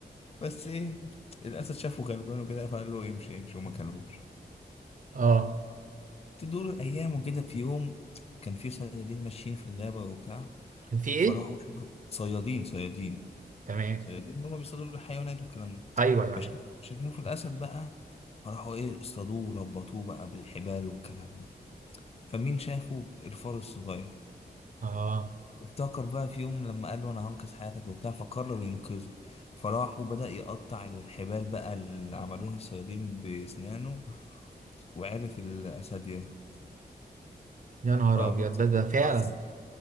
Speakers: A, on the left; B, on the right.
A: بس ايه الاسد شافه غلبان وكده فقال له امشي امشي وما كلموش
B: اه
A: تدور ايام وكده في يوم كان في صيادين ماشيين في الغابه وبتاع
B: كان في
A: فراحوا
B: ايه؟
A: صيادين صيادين
B: تمام
A: صيادين اللي هم بيصطادوا الحيوانات والكلام ده
B: ايوه ايوه
A: فش-
B: عارف
A: شافوا الاسد بقى فراحوا ايه اصطادوه وربطوه بقى بالحبال والكلام ده فمين شافه الفار الصغير
B: اه
A: افتكر بقى في يوم لما قال له انا هنقذ حياتك وبتاع فقرر ينقذه فراح وبدأ يقطع الحبال بقى اللي عملوها الصيادين بأسنانه وعرف الأسد يهرب
B: يا نهار
A: فبص
B: ابيض ده ده فعلا
A: بص